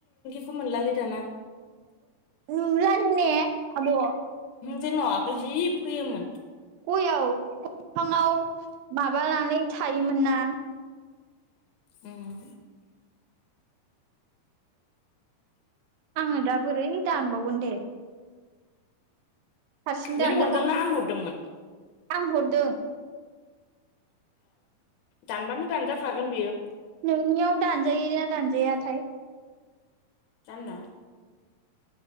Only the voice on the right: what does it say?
नुलानो ने आब'
गयाव बिफाङाव माबानानै थायोमोन ना
आङो दा बोरै दानबावगोन दे हारसिं दानजालां
आं हरदों
नोंनियाव दानजायो ना दानजायाथाय